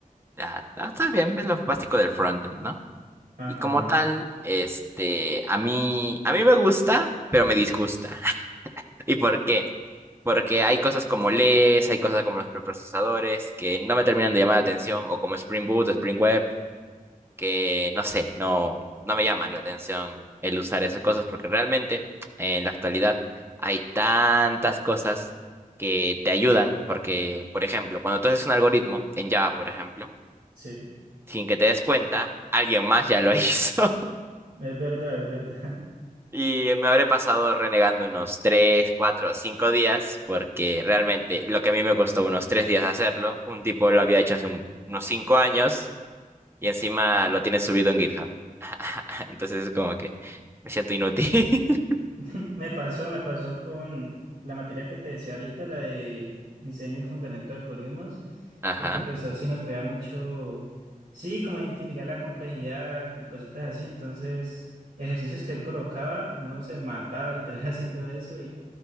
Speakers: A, on the right; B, on the right.
A: Ya, está está bien, es lo básico del frontend, ¿no?
B: ajá,
A: Y como tal, este, a mí, a mí me gusta, pero me disgusta. <laughs> ¿Y por qué? Porque hay cosas como LES, hay cosas como los preprocesadores que no me terminan de llamar la atención, o como Spring Boot, Spring Web. que no sé, no, no me llaman la atención el usar esas cosas porque realmente en la actualidad hay tantas cosas que te ayudan porque, por ejemplo, cuando tú haces un algoritmo en Java, por ejemplo,
B: sí,
A: sin que te des cuenta, alguien más ya lo <laughs> hizo
B: es verdad, es verdad.
A: y me habré pasado renegando unos 3 4 5 días porque realmente lo que a mí me costó unos 3 días hacerlo, un tipo lo había hecho hace un- unos 5 años y encima lo tienes subido en GitHub. <laughs> Entonces es como que me siento inútil. <laughs>
B: <laughs> Me pasó, me pasó con la materia que te decía ahorita, la de diseño y fundamento de algoritmos,
A: Ajá,
B: porque el profesor sí nos pedía mucho, sí, como identificar la complejidad y cositas así, entonces ejercicios que él colocaba, uno se mataba literal <laughs> haciendo eso